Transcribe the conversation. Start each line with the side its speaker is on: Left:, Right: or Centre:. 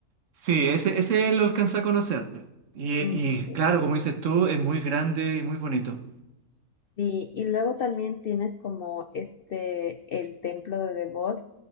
Right: sí, ese, ese lo alcanza a conocer. Y,
Left: Mm,
Right: y
Left: Sí.
Right: claro, como dices tú, es muy grande y muy bonito.
Left: Sí, y luego también tienes como este, el templo de Devot,